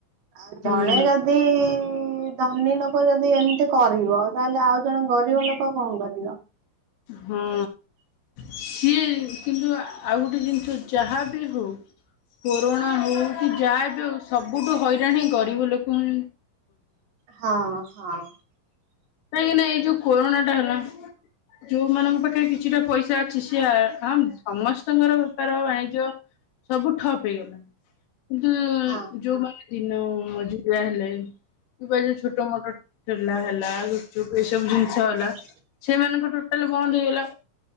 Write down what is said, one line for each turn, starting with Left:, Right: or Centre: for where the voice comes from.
Right: ଆଉ
Left: ହୁଁ
Right: ଜଣେ ଯଦି ଦ ଧନୀ ଲୋକ ଯଦି ଏମିତି କରିବ ତାହେଲେ ଆଉ ଜଣେ ଗରିବ ଲୋକ କଣ କରିବ।
Left: ହଁ। ସିଏ କିନ୍ତୁ ଆଉ ଗୋଟେ ଜିନିଷ ଯାହା ବି ହଉ କୋରୋନା ହଉ କି ଯାହା ବି ହଉ, ସବୁଠୁ ହଇରାଣ ଗରିବ ଲୋକ ହିଁ
Right: ହଁ, ହଁ।
Left: କାହିଁକିନା ଏଇ ଯୋଉ କୋରୋନା ଟା ହେଲା ଯୋଉମାନଙ୍କ ପାଖରେ କିଛିଟା ପଇସା ଅଛି ସି ଆ ହଁ ସମସ୍ତଙ୍କର ବେପାର ବାଣିଜ୍ୟ ସବୁ ଠପ୍ ହେଇଗଲା। କିନ୍ତୁ
Right: ହଁ
Left: ଯୋଉଁମାନେ ଦିନ ମଜୁରିଆ ହେଲେ କିବା ଯୋଉ ଛୋଟ ମୋଟ ଚୁଲା ହେଲା, ଗୁପଚୁପ ହେଲା, ଏ ସବୁ ଜିନିଷ ହେଲା।
Right: <inaudible>
Left: ସେମାନଙ୍କ ଟୋଟାଲି ବନ୍ଦ ହେଇଗଲା।